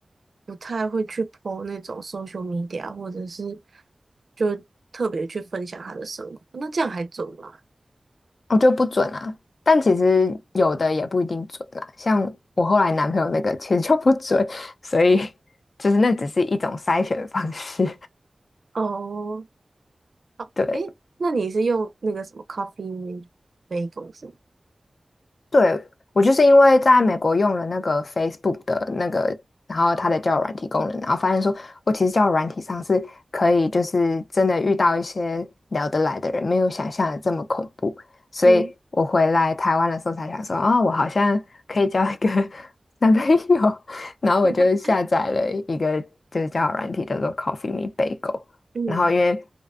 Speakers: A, on the right (about 65°); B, on the left (about 75°).
A: 不太会去 po 那种 social media，或者是就特别去分享他的生活，那这样还准吗？
B: 我就不准啊。但其实有的也不一定准啦，像我后来男朋友那个其实就不准，所以 <laughs> 就是那只是一种筛选方式。
A: 哦，哦，
B: <laughs> 对，
A: 诶，那你是用那个什么 Coffee Bagel 是吗？
B: 对，我就是因为在美国用了那个 Facebook 的那个，然后它的交友软体功能，然后发现说，我其实交友软体上是可以，就是真的遇到一些聊得来的人，没有想象的这么恐怖。所以我回来台湾的时候才想说，
A: 嗯
B: 哦，我好像可以交一个 <laughs> 男朋友，然后我就下载了一个就是交友软体，
A: <laughs>
B: 叫做 Coffee Me Bagel。
A: 嗯
B: 然后因为